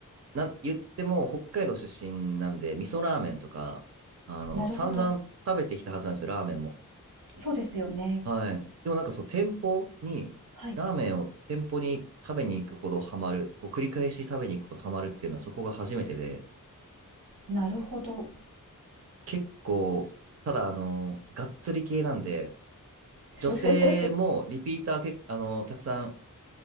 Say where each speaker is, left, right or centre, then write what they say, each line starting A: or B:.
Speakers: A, on the right (about 45°); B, on the right (about 85°).
A: なん、言っても北海道出身なんで、味噌ラーメンとか、あの、
B: なるほど。
A: 散々食べてきたはずなんですよ、ラーメンも。
B: そうですよね。
A: はい。でもなんかそう、店舗に、
B: はい、
A: ラーメンを店舗に食べに行くほどハマる、こう繰り返し食べに行くほどハマるっていうのはそこが初めてで、
B: なるほど。
A: 結構、ただあの、がっつり系なんで、
B: ふふ
A: 女性もリピーターけ、あの、たくさん